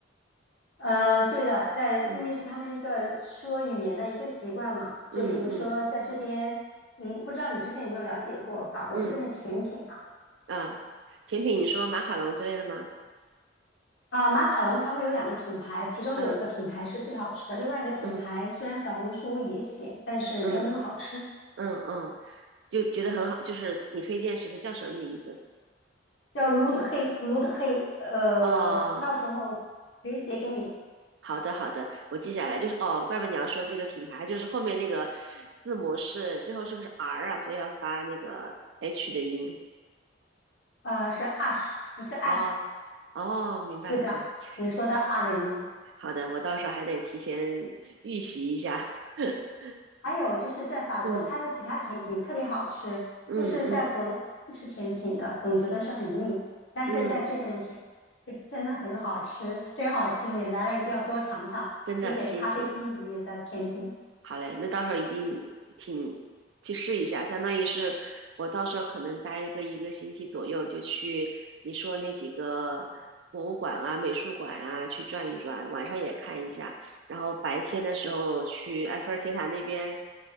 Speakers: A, on the left; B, on the right.
A: 呃，对的，在因为是他们一个说语言的一个习惯嘛，
B: 嗯
A: 就比如说在这边，
B: 嗯嗯
A: 嗯，不知道你之前有没有了解过法国这边的甜品啊？
B: 嗯啊，甜品你说马卡龙之类的吗？
A: 啊，马卡龙它会有两个品牌，其中有一个品牌是最好吃的，
B: 嗯
A: 另外一个品牌虽然小红书也写，
B: 嗯
A: 但是没有那么好吃。
B: 嗯嗯嗯，就觉得很好，就是你推荐是不是叫什么名字？
A: 叫 Root He Root He，呃，
B: 哦，
A: 到时候可以写给你。
B: 好的好的，我记下来，就是哦，怪不得你要说这个品牌，就是后面那个字母是最后是不是 R 啊？所以要发那个 H 的音。
A: 呃，是 ash，不是 a
B: 哦哦，明白了，
A: 对的，
B: 哇塞！
A: 你说的 r 的音。
B: 好的，我到时候还得提前预习一下。<laughs>
A: 还有就是在法国，
B: 嗯
A: 它有其他甜品特别好吃，
B: 嗯嗯
A: 就是在国内不吃甜品的，总觉得是很腻，但是在这边的甜是真的很好吃，
B: 嗯，
A: 真好吃，你来了一定要多尝尝那些咖啡厅里面的甜品。
B: 真的，行行。好嘞，那到时候一定挺去试一下，相当于是我到时候可能待一个一个星期左右，就去你说那几个博物馆啊、美术馆啊去转一转，晚上也看一下，然后白天的时候去埃菲尔铁塔那边